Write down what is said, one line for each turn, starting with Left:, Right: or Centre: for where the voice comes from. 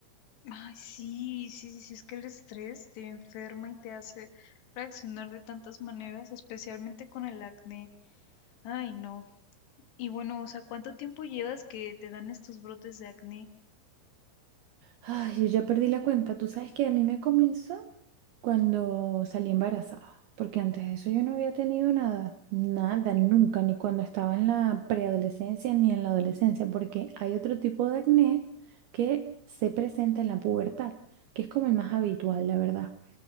Left: ay, sí, sí, sí, sí, es que el estrés te enferma y te hace reaccionar de tantas maneras, especialmente con el acné. Ay, no. Y bueno, o sea, ¿cuánto tiempo llevas que te dan estos brotes de acné?
Right: Ay, yo ya perdí la cuenta. Tú sabes que a mí me comenzó cuando salí embarazada, porque antes de eso yo no había tenido nada, nada, nunca, ni cuando estaba en la preadolescencia ni en la adolescencia, porque hay otro tipo de acné que se presenta en la pubertad, que es como el más habitual, la verdad.